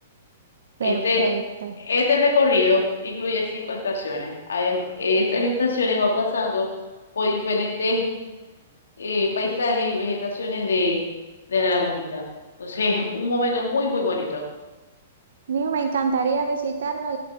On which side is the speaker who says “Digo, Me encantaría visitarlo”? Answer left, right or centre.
Right